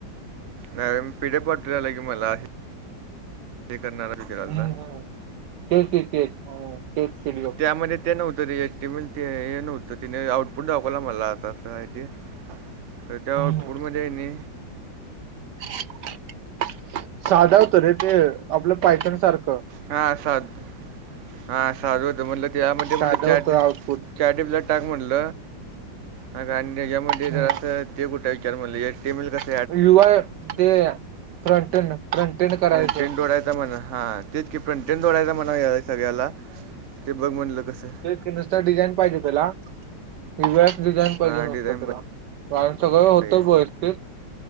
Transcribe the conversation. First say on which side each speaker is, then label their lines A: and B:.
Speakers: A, on the right; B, on the right.
A: नाही पि डी एफ पाठवला की मला हे करणार आहे.
B: हम्म हम्म तेच की तेच हम्म तेच पीडीएफ
A: त्यामध्ये ते नव्हत रे येत. ती म्हणते हे नव्ह तर तिने आउटपुट दाखवला मला अस अस आहे ते तर त्या
B: हम्म
A: आउटपुटमध्ये ह्यांनी
B: <inaudible> साधा होत रे ते आपल्या पायथन सारख.
A: हा साध हां साध होत म्हटल यामध्ये
B: साधं
A: म्हणल च
B: होतं आउटपुट
A: चार <unintelligible> टाक म्हटल हा आणि त्याच्यामध्ये
B: हम्म
A: जरा अस. ते कुठे विचार म्हणल टेबल कसा आहे.
B: <unintelligible> ते फ्रंटन फ्रंटन करायचं
A: फ्रंटेड जोडायचा म्हण हा तेच की फ्रंटेन जोडायचा म्हणा या सगळ्याला ते बघ म्हटल कस.
B: ते नुसत डिझाईन पाहिजे तुला <unintelligible> डिझाईन पाहिजे
A: हां
B: नुसत
A: डिझाईन
B: त्याला. कारण सगळ होत
A: पाहिजे
B: <unintelligible> होत